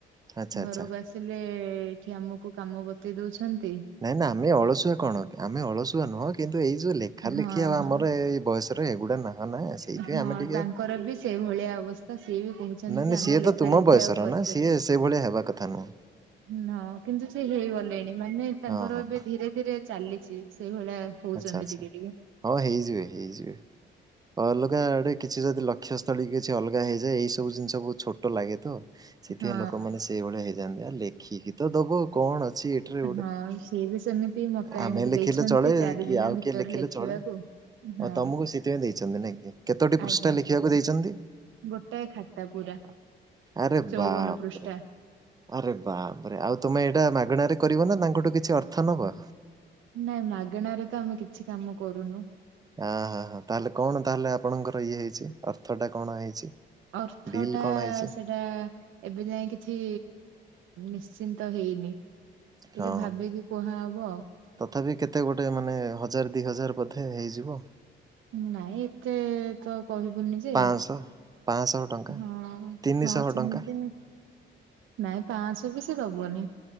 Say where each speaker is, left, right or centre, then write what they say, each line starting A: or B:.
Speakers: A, on the right; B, on the right.
A: ଆଚ୍ଛା
B: ଘରକୁ
A: ଆଚ୍ଛା।
B: ଆସି ଏଇଠି ଆମକୁ କାମ ବତେଇ ଦଉଛନ୍ତି
A: ନାଇଁ ନା ଆମେ ଅଳସୁଆ କଣ ଆମେ ଅଳସୁଆ ନୁହଁ କିନ୍ତୁ ଏଇ ଯୋଉ ଲେଖା ଲେଖି
B: ହଁ
A: ଆ ଆମର
B: ହଁ
A: ଏଇ ବୟସ ଏଗୁଡା ନା ନା ସେଇଥିପାଇଁ
B: ହଁ
A: ଆମେ ଟିକେ
B: ତାଙ୍କର ବି ସେଇଭଳିଆ ଅବସ୍ଥା ସିଏ ବି କହୁଛନ୍ତି
A: ନା
B: ଯେ
A: ନାଇଁ
B: ଆମେ
A: ସିଏ
B: ଲେଖା
A: ତ ତୁମ
B: ଲେଖି
A: ବୟସର
B: ଆଉ କରିପାରିବୁ
A: ନା ସିଏ ସେଇଭଳିଆ ହେବା କଥା ନୁହଁ।
B: ହଁ କିନ୍ତୁ ସେ ହେଇଗଲେଣି ମାନେ ତାଙ୍କର
A: ହଁ ହଁ
B: ଏବେ
A: ହଁ
B: ଧୀରେ ଧୀରେ ଚାଲିଛି ସେଇଭଳିଆ ହଉଛନ୍ତି
A: ଆଚ୍ଛା ଆଚ୍ଛା
B: ଟିକେ ଟିକେ
A: ହଁ ହେଇଯିବେ ହେଇଯିବେ ଅଲଗା ଆଡେ କିଛି ଯଦି ଲକ୍ଷ୍ୟ ଥ କିଛି ଅଲଗା ହେଇଯାଏ ଏଇ ସବୁ ଜିନିଷ ବହୁତ ଛୋଟ ଲାଗେ ତ ସେଥିପାଇଁ
B: ହଁ
A: ଲୋକମାନେ ସେଇଭଳିଆ ହେଇଯାଆନ୍ତି ଆ ଲେଖିକି ତ ଦବ କଣ ଅଛି ଟେ
B: ହଁ ସିଏ ବି ସେମିତି ମତେ
A: ଆମେ
B: ଆଣିକି
A: ଲେଖିଲେ
B: ଦେଇଛନ୍ତି
A: ଚଳେ
B: ଚାରି
A: କିଏ
B: ଦିନ
A: ଆଉ
B: ଭିତରେ
A: କିଏ ଲେଖିଲେ
B: ଲେଖିବାକୁ
A: ଚଳେ
B: ହଁ
A: ଓ ତମକୁ ସେଥିପାଇଁ ଦେଇଛନ୍ତି ନାଇଁ କି କେତୋଟି ପୃଷ୍ଠା
B: ଆଜ୍ଞା
A: ଲେଖିବାକୁ ଦେଇଛନ୍ତି?
B: ଗୋଟାଏ ଖାତା ପୁରା।
A: ଆରେ
B: ଚଉବନ
A: ବାପ୍
B: ପୃଷ୍ଠା
A: ରେ। ଆରେ ବାପ୍ ରେ ଆଉ ତମେ ଏଇଟା ମାଗଣାରେ କରିବ ନା ତାଙ୍କଠୁ କିଛି ଅର୍ଥ ନବ?
B: ନାଇଁ ମାଗଣାରେ ତ ଆମେ କିଛି କାମ କରୁନୁ
A: ହଁ ହଁ ହ ତାହେଲେ କଣ ତାହେଲେ ଆପଣଙ୍କର ଇଏ ହେଇଛି ଅର୍ଥ ଟା କଣ ହେଇଛି?
B: ଅର୍ଥ
A: ଡିଲ୍
B: ଟା
A: କଣ ହେଇଛି
B: ସେ ସେଟା ଏବେ ଯାଇଏ କିଛି ନିଶ୍ଚିନ୍ତ ହେଇନି। ଟିକେ
A: ହଁ।
B: ଭାବିକି କୁହାହବ ଆଉ
A: ତଥାପି କେତେ ଗୋଟେ ମାନେ ହଜାର ଦି ହଜାର ବଧେ ହେଇଯିବ?
B: ନାଇଁ ଏତେ ତ କହିବୁନି ଯେ
A: ପାଁଶହ। ପାଁଶହ ଟଙ୍କା
B: ହଁ
A: ତିନିଶହ
B: ହଁ ସେମିତି
A: ଟଙ୍କା
B: ନାଇଁ ପାଣି ପାଁଶହ ବି ସେ ଦବନି